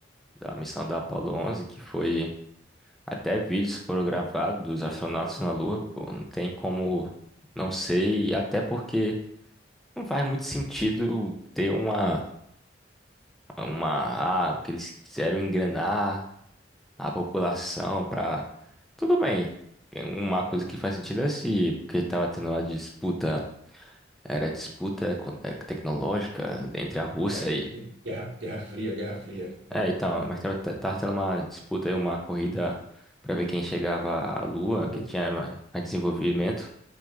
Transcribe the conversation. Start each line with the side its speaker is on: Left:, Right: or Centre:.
Centre: da missão da Apollo 11, que foi até vídeos foram gravados dos astronautas na Lua, pô, não tem como não sei, até porque não faz muito sentido ter uma uma ah, o que eles quiseram enganar a população para tudo bem. Uma coisa que faz sentido é se porque estava tendo uma disputa, era disputa econ- eh, tecnológica entre a Rússia
Right: É, gue- gue- Guerra, Guerra Fria, Guerra Fria. É.
Centre: É, então, mas tava, tá- tava tendo uma disputa aí, uma corrida pra ver quem chegava à Lua,
Right: O-
Centre: quem tinha mais, mais desenvolvimento.